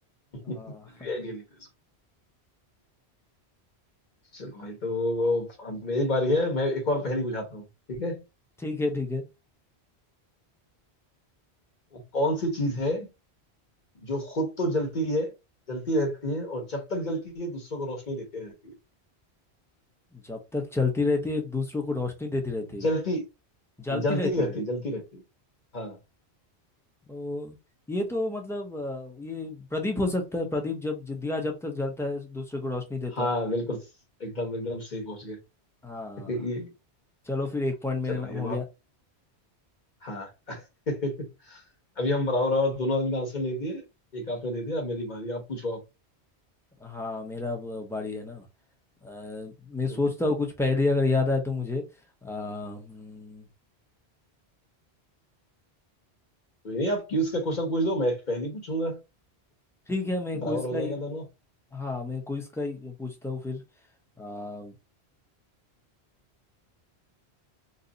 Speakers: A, in the centre; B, on the left.
A: हाँ
B: कुछ भी आइडिया नहीं था इसको चलो भाई तो अब मेरी बारी है मैं एक और पहेली बुझाता हूँ ठीक है
A: <laughs> ठीक है ठीक है
B: वो कौन सी चीज है जो खुद तो जलती है जलती रहती है और जब तक जलती है दूसरों को रोशनी देती रहती
A: जब तक चलती रहती है दूसरों को रोशनी देती रहती
B: है
A: है
B: जलती
A: जलती
B: जलती
A: रहती
B: रहती
A: है
B: है जलती रहती है हाँ
A: तो ये तो मतलब अ, ये प्रदीप हो सकता है प्रदीप जब ज- दिया जब तक जलता है दूसरे को रोशनी देता
B: हाँ
A: है
B: बिल्कुल एकदम एकदम सही पहुंच गए
A: हाँ
B: <laughs> ये
A: चलो फिर एक पॉइंट मेरे
B: चलो
A: नाम
B: ये
A: हो
B: बात
A: गया
B: हाँ <laughs> अभी हम बराबर और दोनों आदमी ने आंसर नहीं दिए एक आपने दे दिया अब मेरी बारी आप पूछो आप
A: हाँ मेरा अब बारी है ना अ, मैं सोचता
B: हम्म।
A: हूँ कुछ पहेली अगर याद आए तो मुझे अ, हम्म,
B: कोई नहीं आप क्यूज का क्वेश्चन पूछ दो मैं पहले ही पूछूंगा
A: ठीक है मैं
B: बराबर
A: क्विज
B: हो
A: का
B: जाएगा
A: ही
B: दोनों
A: हाँ मैं क्विज का ही पूछता हूँ फिर अ,